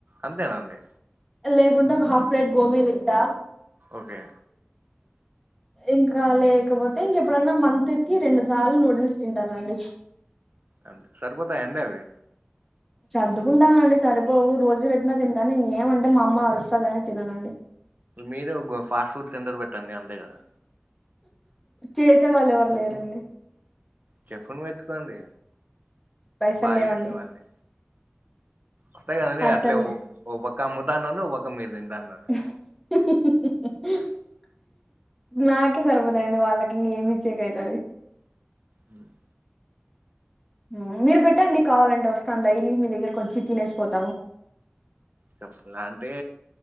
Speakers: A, on the right; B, in the centre.
A: అంతేనా అండి
B: లేకుంటే ఒక హాఫ్ ప్లేట్ గోబి దింటా
A: ఓకే
B: ఇంకా లేకపోతే ఇంకెప్పుడన్నా మంత్ కి రెండు సార్లు నుడిల్స్ తింటానండి
A: అంతే సరిపోతాయా అండి అవి
B: చర్దుకుంటానండి సరిపోవు రోజు పెట్టిన తింటాను ఏమంటే మా అమ్మ అరుస్తదని తిననండి
A: మీరే ఒగ ఫాస్ట్ ఫుడ్ సెంటర్ పెట్టండి అంతే గదా
B: చేసే వాళ్ళు ఎవరు లేరండి
A: చెఫ్ ని పెట్టుకోండి
B: పైసలు
A: బాగా
B: లేవండి
A: జేసేవాళ్ళని వస్తాయి గదండి
B: పైసలు
A: అట్లే ఓ ఓ పక్క అమ్ముతా అన్నారు ఒక పక్క మీర్ దింటా అన్నారు
B: హు హు హు నాకే సరిపోతయండి వాళ్ళకి ఇంగ ఏమి ఇచ్చేకైతది
A: ఉమ్
B: ఉమ్ మీరు పెట్టండి కావాలంటే వస్తాను డైలీ మీ దగ్గర కొచ్చి తినేసిపోతాము
A: చెప్పాల అంటే